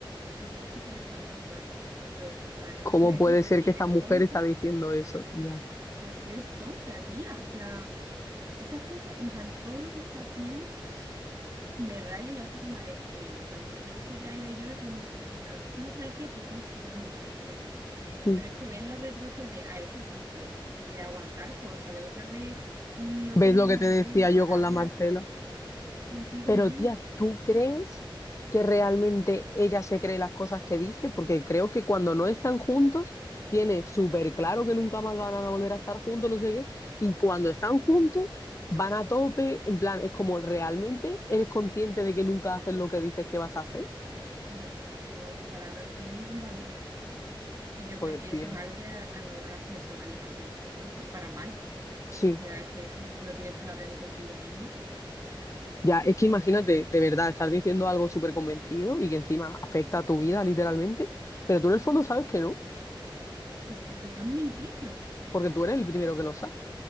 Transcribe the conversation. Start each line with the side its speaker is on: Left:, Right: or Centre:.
Right: los dos súper espantan, en plan, pero, en plan, no
Left: ¿Cómo
Right: te quiero decir
Left: puede
Right: que
Left: ser
Right: si
Left: que
Right: eres
Left: esta mujer
Right: tonta,
Left: está diciendo eso? Ya.
Right: pero es que eres tonta, tía, en plan, esas cosas, en plan, todo lo que está haciendo me raya y hace que me aleje de ella, en plan, porque yo sé que hay de yo, hemos, en plan, somos parecidas, pero somos totalmente diferentes,
Left: Mm.
Right: pero es que verla retroceder a ese punto de aguantar cosas, de otra vez no
Left: ¿Ves
Right: tener
Left: lo
Right: madurez
Left: que te decía
Right: ni palabra
Left: yo con la Marcela?
Right: contigo
Left: Pero
Right: misma,
Left: tía, ¿tú crees que realmente ella se cree las cosas que dice? Porque creo que cuando no están juntos, tiene súper claro que nunca más van a volver a estar juntos, no sé qué, y cuando están juntos, van a tope, en plan, es como, ¿realmente eres consciente de que nunca haces lo que dices que vas a hacer?
Right: ya, que no, su palabra no tiene ningún valor. Y yo
Left: Joder,
Right: creo que
Left: tía.
Right: eso es algo que a, a no- a las personas les afecta mucho, para mal.
Left: Sí,
Right: O sea, es que si no tienes palabra ni contigo mismo,
Left: ya, es que imagínate, de verdad, estar diciendo algo súper convencido y que encima afecta a tu vida literalmente, pero tú en el fondo sabes que no,
Right: te, te estás mintiendo.
Left: porque tú eres el primero que lo sabe,